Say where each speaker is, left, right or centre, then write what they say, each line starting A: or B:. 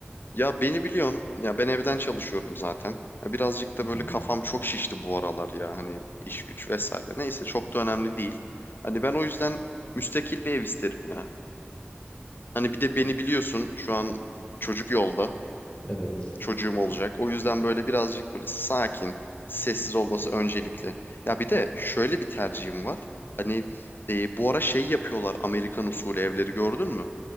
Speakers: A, on the left; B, on the left.
A: Ya beni biliyorsun. Ya ben evden çalışıyorum zaten. Ya birazcık
B: Hı
A: da böyle
B: hı.
A: kafam çok şişti bu aralar ya. Hani iş güç vesaire. Neyse çok da önemli değil. Hani ben o yüzden müstakil bir ev isterim ya. Hani bir de beni biliyorsun şu an çocuk yolda.
B: Evet.
A: çocuğum olacak. O yüzden böyle birazcık böyle sakin, sessiz olması öncelikli. Ya bir de şöyle bir tercihim var. Hani e, bu ara şey yapıyorlar Amerikan usulü evleri gördün mü?